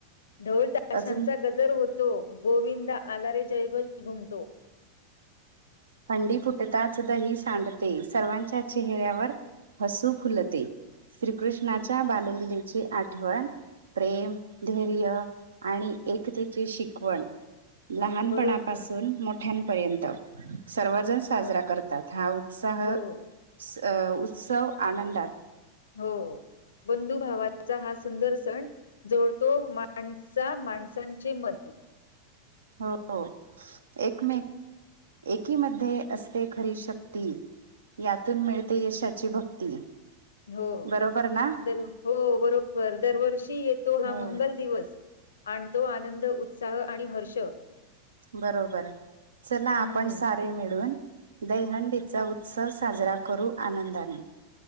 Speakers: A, on the left; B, on the right.
A: ढोल ताशांचा
B: अजून
A: ग जर होतो, गोविंदा आला रे जयघोष घुमतो.
B: हंडी फुटताच दही सांडते, सर्वांच्या चेहऱ्यावर हसू फुलते. श्रीकृष्णाच्या बालललेची आठवण प्रेम धैर्य आणि एकतेची शिकवण. लहान
A: बरोबर
B: पणापासून मोठ्यांपर्यंत सर्वजण साजरा
A: हो
B: करतात, हा उत्साह
A: हो.
B: स उत्सव आनंदात.
A: हो. बंधुभावाचा हा सुंदर सण, जोडतो माणसा माणसांचे मन.
B: हो हो. एकमेक एकीमध्ये असते खरी शक्ती, यातून मिळते यशाची भक्ती.
A: हो,
B: बरोबर ना
A: दर हो बरोबर! दरवर्षी येतो हा
B: हो
A: मंगल दिवस आणतो आनंद उत्साह आणि हर्ष.
B: बरोबर! चला
A: हं.
B: आपण सारे मिळून, दही हंडीचा उत्सव साजरा करू आनंदने.